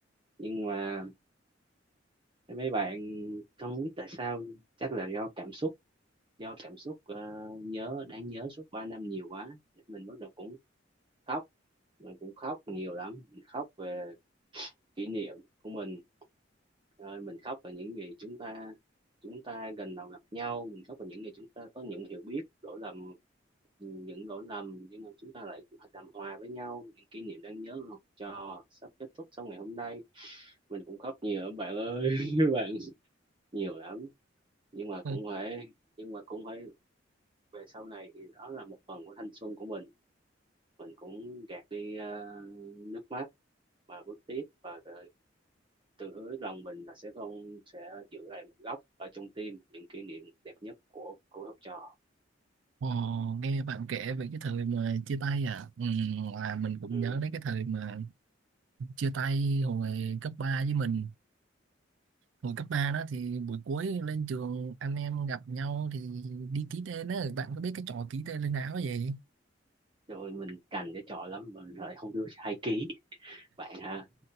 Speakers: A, on the right (about 25°); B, on the right (about 70°).
A: nhưng mà mấy bạn không biết tại sao chắc là do cảm xúc do cảm xúc ờ, nhớ đáng nhớ suốt 3 năm nhiều quá mình bắt đầu cũng khóc mình cũng khóc nhiều lắm mình khóc về kỷ niệm của mình rồi mình khóc về những gì chúng ta chúng ta gần đầu gặp nhau mình khóc về những gì chúng ta có những hiểu biết lỗi lầm những lỗi lầm nhưng mà chúng ta lại làm hòa với nhau những kỷ niệm đáng nhớ của học trò sắp kết thúc sau ngày hôm nay mình cũng khóc nhiều lắm bạn ơi <laughs> bạn nhiều lắm nhưng mà cũng
B: Ừ.
A: phải nhưng mà cũng phải về sau này thì đó là một phần của thanh xuân của mình mình cũng gạt đi ờ, nước mắt và bước tiếp và ờ, tự hứa lòng mình là sẽ không sẽ giữ lại một góc ở trong tim những kỷ niệm đẹp nhất của của học trò
B: Ồ, nghe bạn kể về cái thời mà chia tay à, ừ, là mình cũng
A: ừ.
B: nhớ đến cái thời mà chia tay hồi cấp ba với mình hồi cấp 3 đó thì buổi cuối lên trường anh em gặp nhau thì đi ký tên á bạn có biết cái trò ký tên lên áo vậy
A: rồi mình cành cái trò lắm mình lại không đưa hai ký bạn hả